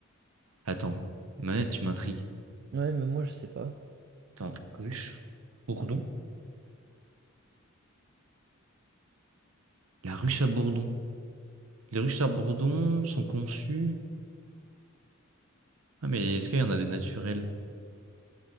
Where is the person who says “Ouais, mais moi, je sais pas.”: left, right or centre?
Right